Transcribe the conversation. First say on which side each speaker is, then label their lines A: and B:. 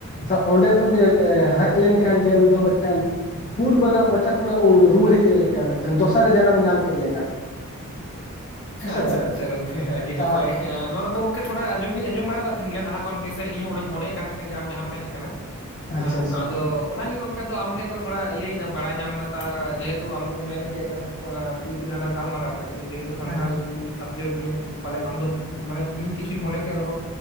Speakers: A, on the left; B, on the left.
A: ᱛᱚ ᱚᱸᱰᱮ ᱠᱷᱚᱱᱮ ᱮ ᱦᱮᱡ ᱞᱮᱱᱠᱷᱟᱱ ᱡᱮ ᱩᱱᱤ ᱫᱚ ᱢᱤᱫᱴᱮᱱ ᱠᱩᱞ ᱵᱟᱱᱟ ᱢᱚᱪᱟ ᱠᱷᱚᱱᱟᱜ ᱨᱩᱣᱟᱹᱲ ᱦᱮᱡ ᱮᱱ ᱞᱮᱠᱟ ᱢᱮᱫᱴᱟᱱ ᱫᱚᱥᱟᱨ ᱡᱟᱱᱟᱢ ᱧᱟᱢ ᱠᱮᱫ ᱞᱮᱠᱟ᱾ <inaudible>
B: ᱟᱪᱪᱷᱟ
A: ᱵᱟᱝ
B: ᱟᱪᱪᱷᱟ ᱜᱚᱝᱠᱮ ᱟᱹᱰᱤ
A: ᱛᱟ
B: ᱱᱟᱯᱟᱭ ᱾ ᱦᱮᱸ ᱱᱚᱣᱟ ᱫᱚ ᱜᱚᱢᱠᱮ ᱛᱷᱚᱲᱟ ᱟᱸᱡᱚᱢ ᱫᱚᱧ ᱟᱸᱡᱚᱢ ᱵᱟᱲᱟ ᱟᱠᱟᱫ ᱛᱟᱦᱮᱱ ᱜᱮᱭᱟ ᱞᱟᱦᱟ ᱠᱷᱚᱱ ᱜᱮ ᱥᱮ ᱤᱧᱦᱚᱸ ᱚᱱᱟᱧ ᱢᱚᱱᱮ ᱮᱫ ᱠᱟᱱ ᱛᱟᱦᱮᱱ ᱜᱮᱭᱟ ᱟᱢ ᱡᱟᱦᱟᱸᱢ ᱢᱮᱱᱮᱫ ᱠᱟᱱᱟ᱾
A: <inaudible>
B: ᱟ
A: ᱟᱪᱪᱷᱟ
B: ᱟᱫᱚ ᱚᱱᱟᱜᱮ ᱜᱚᱢᱠᱮ ᱟᱫᱚ ᱟᱢ ᱴᱷᱮᱱ ᱠᱷᱚᱱ ᱛᱷᱚᱲᱟ ᱤᱭᱟᱹᱭ ᱮᱱᱟ ᱵᱟᱲᱟᱭ ᱧᱟᱢ ᱮᱱᱟ ᱾ ᱟ ᱡᱮᱦᱮᱛᱩ ᱟᱢᱫᱚᱢ ᱢᱮᱱ ᱠᱮᱫ ᱮᱱᱟᱱᱚᱜ ᱯᱩᱭᱞᱩ ᱡᱟᱦᱟᱸ ᱞᱟᱝ ᱜᱟᱞᱢᱟᱨᱟᱣ ᱠᱮᱫ ᱡᱮᱦᱮᱛᱩ ᱥᱟᱱᱛᱟᱞᱤ
A: ᱦᱮᱸ
B: ᱥᱟᱵᱡᱮᱠᱴ ᱱᱤᱭᱟᱹ ᱯᱟᱞᱮᱜ ᱟᱢᱫᱚ ᱢᱟᱱᱮ ᱤᱧ ᱠᱤᱪᱷᱩᱧ ᱢᱚᱱᱮ ᱠᱮᱫ ᱨᱮᱦᱚᱸ